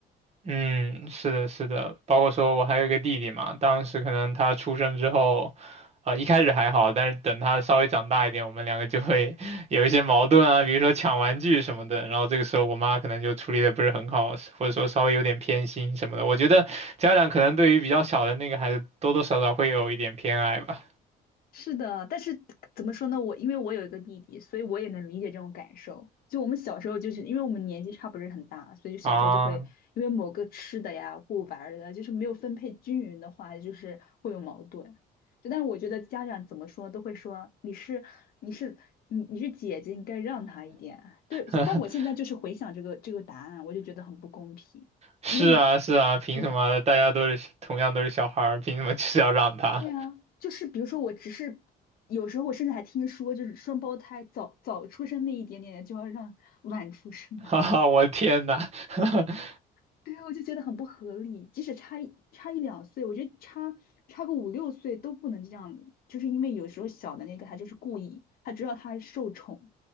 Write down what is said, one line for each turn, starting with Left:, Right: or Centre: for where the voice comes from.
Right: 嗯，是的，是的，包括说我还有一个弟弟嘛，当时可能他出生之后，呃，一开始还好，但是等他稍微长大一点，我们两个就会 <laughs> 有一些矛盾啊，比如说抢玩具什么的，然后这个时候我妈可能就处理的不是很好，或者说稍微有点偏心什么的。我觉得家长可能对于比较小的那个孩子，多多少少会有一点偏爱吧。
Left: 是的，但是怎么说呢？我因为我有一个弟弟，所以我也能理解这种感受。就我们小时候，就是因为我们年纪差不是很大，所以就小时候就会因为某个吃的呀或玩儿的，
Right: 啊，
Left: 就是没有分配均匀的话，就是会有矛盾。就但是我觉得家长怎么说都会说你是你是你你是姐姐，你该让他一点。对，
Right: <laughs>
Left: 但我现在就是回想这个这个答案，我就觉得很不公平，
Right: 是啊，
Left: 因为你
Right: 是啊，凭什么大家都是同样都是小孩儿，
Left: 对。
Right: 凭什么就是要让他？
Left: 对啊，就是比如说，我只是有时候我甚至还听说，就是双胞胎早早出生那一点点就要让晚出生的，
Right: <laughs> 哈哈，我天呐！<laughs>
Left: <laughs> 对啊，我就觉得很不合理。即使差一差一两岁，我觉得差差个五六岁都不能这样，就是因为有时候小的那个他就是故意，他知道他受宠，